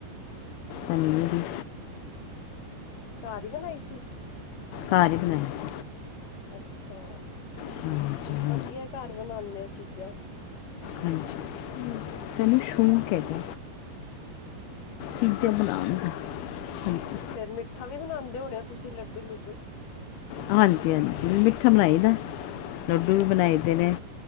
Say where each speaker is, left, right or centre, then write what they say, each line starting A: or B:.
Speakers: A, on the left (about 80°); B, on the left (about 55°).
A: ਹਾਂਜੀ
B: ਘਾਰ ਹੀ ਬਣਾਈ ਸੀ
A: ਘਾਰ ਹੀ ਬਣਾਈ ਸੀ
B: ਅੱਛਾ
A: <unintelligible>
B: ਵਧੀਆ ਘਾਰ ਬਣਾਉਂਦੇ ਓ ਚੀਜ਼ਾਂ
A: ਹਾਂਜੀ ਸਾਨੂੰ ਸ਼ੋਂਕ ਹੈ ਜੀ ਚੀਜ਼ਾਂ
B: ਅੱਛਾ,
A: ਬਣਾਉਣ ਦਾ ਹਾਂਜੀ
B: ਫੇਰ ਮਿੱਠਾ ਵੀ ਬਣਾਉਂਦੇ ਹੋਣੇ ਹੋ ਤੁਸੀਂ ਲੱਡੂ ਲੁੱਡੂ
A: ਹਾਂਜੀ ਹਾਂਜੀ ਮਿੱਠਾ ਬਣਾਈ ਦਾ ਲੱਡੂ ਵੀ ਬਣਾਈ ਦੇ ਨੇ